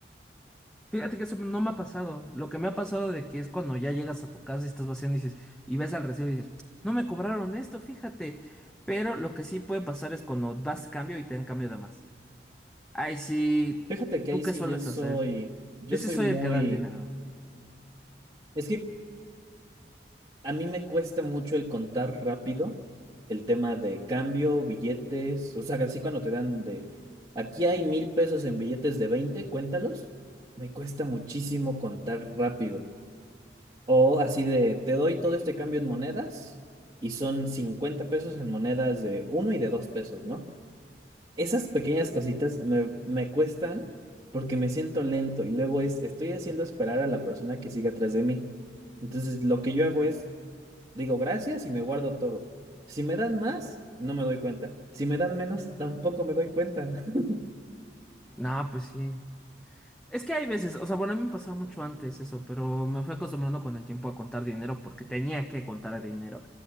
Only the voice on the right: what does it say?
Fíjate que
ahí
sí
yo soy,
yo
soy
muy,
es que A mí me cuesta mucho el contar rápido, el tema de cambio, billetes, o sea, así cuando te dan de, aquí hay mil pesos en billetes de 20 cuéntalos, me cuesta muchísimo contar rápido. O así de, te doy todo este cambio en monedas y son 50 pesos en monedas de uno y de dos pesos, ¿no? Esas pequeñas cositas me, me cuestan porque me siento lento y luego es, estoy haciendo esperar a la persona que sigue atrás de mí. Entonces, lo que yo hago es Digo gracias y me guardo todo. Si me dan más, no me doy cuenta. Si me dan menos, tampoco me doy cuenta. <laughs>